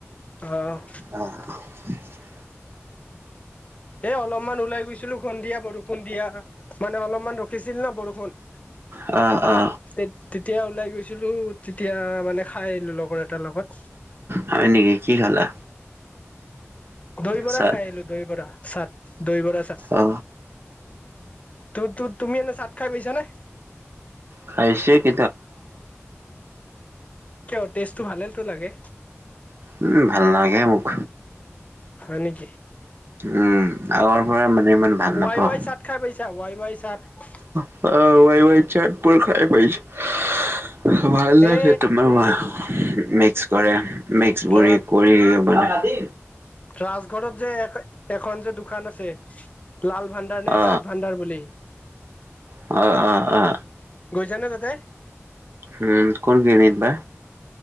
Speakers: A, on the left; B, on the right.
A: অ,
B: <inaudible>
A: এ, অলপমান ওলাই গৈছিলো, সন্ধিয়া বৰষূণ দিয়া। মানে, অলপমান ৰখিছিল ন, বৰষুণ।
B: অ, অ,
A: তে, তেতিয়া ওলাই গৈছিলো, তেতিয়া মানে খাই আহিলো লগৰ এটাৰ লগত।
B: হয় নেকি, কি খালা?
A: দহি ভৰা
B: চাত
A: খাই আহিলো, দহি বৰা চাট। দৈ বৰা চাছ,
B: অ
A: তু-তু-তুমি এনে চাট খাই পাইছানে?
B: খাইছে <unintelligible>
A: কিয়, টেষ্টটো ভালেটো লাগে।
B: উম, ভাল নালাগে মোক।
A: হয়, নেকি?
B: উম, আগৰ পৰা মানে ইমান ভাল নাপাওঁ।
A: ৱাই, ৱাই চাট খাই পাইছা ৱাই, ৱাই চাট।
B: অ, ৱাই, ৱাই চাটবোৰ খাই পাইছো। ভাল লাগে,
A: এ
B: তোমাৰ মিক্স কৰে, মিক্স
A: ৰা
B: বুলি কৰি ম উপ।
A: ৰাজঘৰত যে এখন যে দোকান আছে। লাল ভাণ্ডাৰ নে,
B: অ
A: চাট ভাণ্ডাৰ বুলি।
B: অ, অ, অ,
A: গৈছা নে তাতে?
B: উম, কোন খিনিত বা?